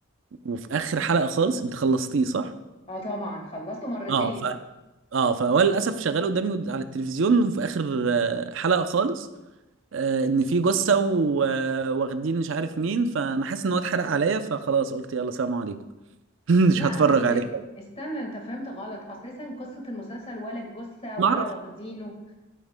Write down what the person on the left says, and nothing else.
اه طبعا خلصته مرتين
لا
بس
استنى انت فهمت غلط اساسا قصة المسلسل ولا الجثة
ولا
واخدينه